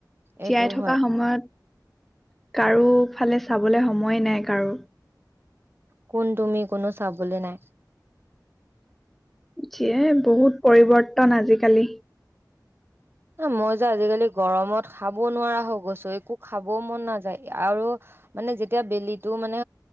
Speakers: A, on the right; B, in the centre.
A: এইটো
B: জীয়াই থকা
A: হয়
B: সময়ত কাৰো ফালে চাবলৈ সময়ে নাই কাৰো
A: কোন তুমি কোনো চাবলে নাই
B: যিয়ে বহুত পৰিৱৰ্তন আজিকালি
A: ন মই যে আজিকালি গৰমত খাব নোৱাৰা হৈ গৈছো একো খাবও মন নাযায় আৰু মানে যেতিয়া বেলিটো মানে